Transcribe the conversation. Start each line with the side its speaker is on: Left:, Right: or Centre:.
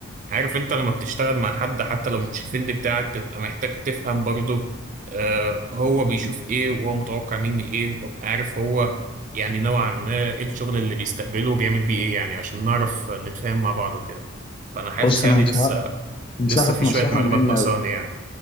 Right: عارف انت لما بتشتغل مع حد حتى لو مش الفيلد بتاعك بتبقى محتاج تفهم برضه آه هو بيشوف ايه وهو متوقع مني ايه وابقى عارف هو يعني نوعا ما ايه الشغل اللي بيستقبله وبيعمل بيه ايه يعني عشان نعرف نتفاهم مع بعض وكده فانا حاسس
Left: بص
Right: يعني
Left: انا هنصحك
Right: لسه
Left: هنصحك
Right: لسه في
Left: نصيحة
Right: شوية معلومات
Left: مهمة
Right: ناقصاني
Left: أوي
Right: يعني